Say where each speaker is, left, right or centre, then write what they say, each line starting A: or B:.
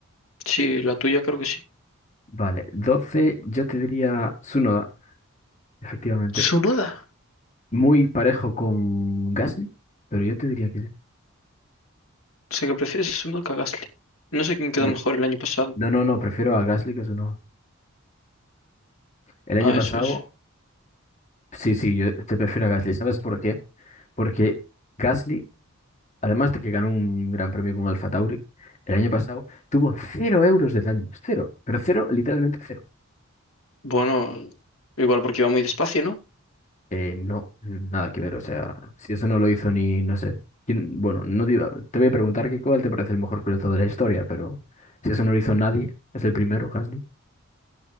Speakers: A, on the left; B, on the left.
A: sí, la tuya creo que sí.
B: Vale, 12 yo te diría Tsunoda, efectivamente.
A: Tsunoda.
B: Muy parejo con Gasly, pero yo te diría que...
A: O sea que prefieres a Tsunoda que a Gasly. No sé quién quedó
B: Me-
A: mejor el año pasado.
B: No, no, no, prefiero a Gasly que a Tsunoda. El año
A: Ah,
B: pasado,
A: eso es.
B: sí, sí, yo te prefiero a Gasly. ¿Sabes por qué? Porque Gasly, además de que ganó un gran premio con Alfa Tauri, el año pasado tuvo cero euros de daño. Cero, pero cero, literalmente cero.
A: Bueno, igual porque iba muy despacio, ¿no?
B: Eh, no, nada que ver, o sea, si eso no lo hizo ni, no sé. quién- bueno, no te iba- te voy a preguntar que cuál te parece el mejor piloto de la historia, pero si eso no lo hizo nadie, es el primero, Gasly.